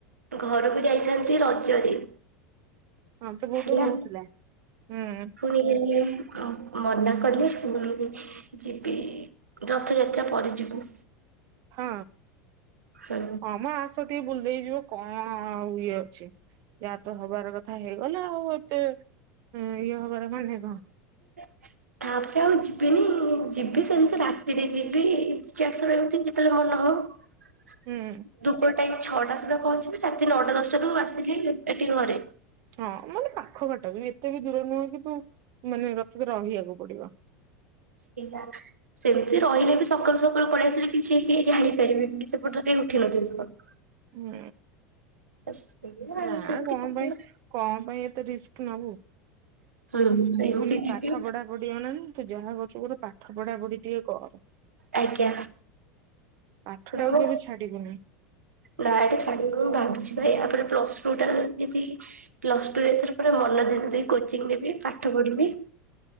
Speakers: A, on the right (about 75°); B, on the right (about 45°).
A: ଘରକୁ ଯାଇଥାନ୍ତି ରଜରେ।
B: ହଁ ତ ବହୁତ
A: ହେଲା
B: ହଉଥିଲା ହୁଁ
A: ପୁଣି ହେଲେ ମନା କହିଲେ ଶୁଣିବି ଯିବି ରଥଯାତ୍ରା ପରେ ଯିବୁ।
B: ହଁ
A: ହୁଁ
B: ହମ ଆସ ଟିକେ ବୁଲି ଦେଇକିଯିବ। କଣଆ ଉ ଇଏ ଅଛି ଯାହାତ ହବାର କଥା ହେଇଗଲା ଆଉ ଏ ତେ ଇଏ ହବାର ମାନେ କଣ।
A: ହଁ। ତାପରେ ଆଉ ଯିବିନି ଯିବି ସେମିତି ରାତିରେ ଯିବି ଏଠିକି ଆସିଲା ବେଳକୁ କେତେବେଳେ ମନ ହେବ।
B: ହୁଁ
A: ଧୂପ ଟାଇମ। ଛଅଟା ସୁଦ୍ଧା ପହଞ୍ଚିବି ରାତି ନଅଟା ଦଶଟାଠୁ ଆସିକି ଏଠି ଘରେ।
B: ହଁ ମାନେ ପାଖବାଟ। ଏଟାବି ଏତେ ବି ଦୂର ନୁହଁ କିତୁ ମାନେ ରଖିବେ ରହିବାକୁ ପଡିବ।
A: ହେଲା ସେମିତି ରହିଲେ ବି ସକାଳୁ ସକାଳୁ ପଳେଇ ଆସିଲେ କିଛି କିଏ ଜାଣିପାରିବେିନି ସେପଟ ଯଦି ନାଇଁ ଉଠି ନଥିଲି ତ।
B: ହୁଁ
A: ସେଇଆ ଆଉ
B: ନା
A: ସେମିତି
B: କଣ
A: କରିବା
B: ପାଇଁ କଣ ପାଇଁ ଏତେ ରିସ୍କ। <inaudible>
A: ହୁଁ ସେମିତି
B: ଗୁଗୁଲି
A: ଯିବି
B: ପାଠ ପଢା ପଢି ଅନାନି ତୁ ଯାହା କରଛୁକର ପାଠ ପଢା ପଢି ଟିକେ କର।
A: ଆଜ୍ଞା।
B: ପାଠ
A: ନାମ
B: ଟାକୁ କେବେ ଛାଡିବୁନି
A: ଡାଇରେକ୍ଟ ଛାଡିବ ବୋଲି ମୁ ଭାବିଛି। ଭାଇ ଆପରେ ପ୍ଲସ ଟୁ ଟା ଯଦି ପ୍ଲସ ଟୁ ରେ ଏଥର ପୁରା ମନ ଧ୍ୟାନ ଦେଇ କୋଚିଂ ନେବି ପାଠ ପଢିବି